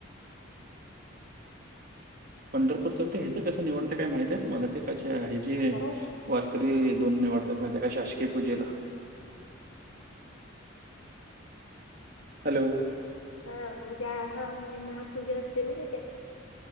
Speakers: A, on the right (about 45°); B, on the left (about 85°).
A: पंढरपूरच बी ते ह्याच कसं निवडते काय माहित आहे तुम्हाला ते कशा हे जे
B: हॅलो
A: वारकरी दोन निवाडत्यात माहितीय काय शासकीय पूजेला हॅलो,
B: हा, उद्या हा होय महापूजा असते न उद्या.